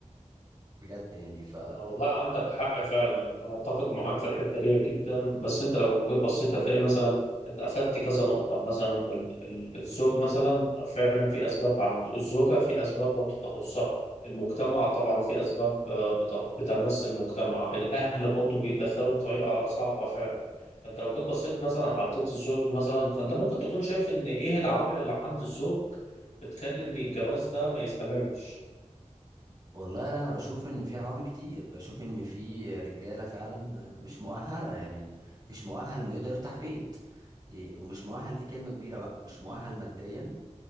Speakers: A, on the right (about 35°); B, on the left (about 75°).
A: بجد يعني ف
B: آه، والله عندك حق فعلا انا اتفق معاك في الحته دي جدا بس انت لو جيت بصيت هتلاقي مثلا انت اخدت كذا نقطه مثلا ال- ال- الزوج مثلا فعلا في اسباب عنده الزوجه في اسباب برضه تخصها المجتمع طبعا في اسباب آه، بت- بتمس المجتمع الاهل برضه بيتدخلوا بطريقه صعبه فعلا فانت لو جيت بصيت مثلا حطيت الزوج مثلا فانت ممكن تكون شايف ان ايه العوامل اللي عند الزوج بتخلي ان الجواز ده ما يستمرش
A: والله انا بشوف ان في عوامل كتير بشوف ان في رجالة فعلا مش مؤهلة يعني مش مؤهل انه يقدر يفتح بيت إيه، ومش مؤهل دي كلمة كبيرة بقى مش مؤهل ماديا